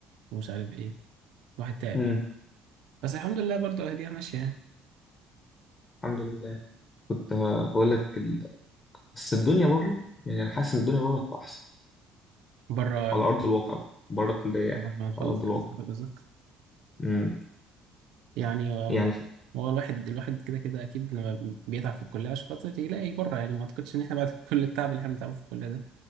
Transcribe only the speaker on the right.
ومش عارف ايه الواحد تعب
يعني بس الحمد لله برضه اهديها ماشيه يعني
بره
بره ما نخلص
خلاص حضرتك
يعني آه،
هو الواحد الواحد كده كده اكيد لما بيتعب في الكليه عشان خاطر يلاقي بره يعني ما اعتقدش ان احنا بعد <laughs> كل التعب اللي احنا بنتعبه في الكليه ده